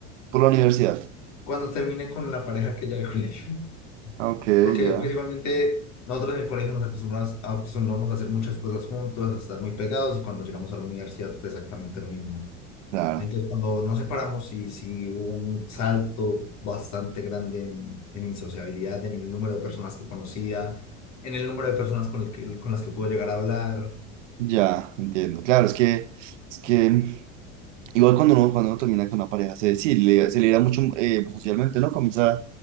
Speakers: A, on the right (about 80°); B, on the left (about 50°).
A: Por la universidad.
B: cuando terminé con la pareja que ya del colegio. <laughs>
A: Ah, Ok,
B: Porque
A: ya.
B: pues igualmente nosotros en el colegio nos acostumbramos, acostumbramos a hacer muchas cosas juntos, a estar muy pegados y cuando llegamos a la universidad fue exactamente lo mismo.
A: Claro,
B: Entonces, cuando nos separamos, sí, sí hubo un salto bastante grande en, en mi sociabilidad, en el número de personas que conocía, en el número de personas con, el que- con las que puedo llegar a hablar.
A: ya, entiendo. Claro, es que, es que igual cuando uno, cuando uno termina con una pareja, se, sí, le- se libera mucho eh, socialmente, ¿no? Comienza a